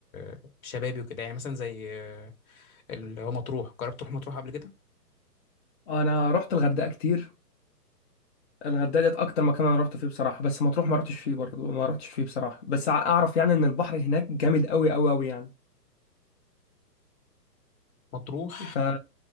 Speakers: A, on the left (about 55°); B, on the left (about 40°).
A: آه، شبابي وكده يعني مثلا زي آه، اللي هو مطروح جربت تروح مطروح قبل كده
B: انا رحت الغردقه كتير الغردقه ديت اكتر مكان انا رحت فيه بصراحه بس مطروح ما رحتش فيه برضه ما رحتش فيه بصراحه بس ع- اعرف يعني ان البحر هناك جامد قوي قوي قوي يعني
A: مطروح
B: ف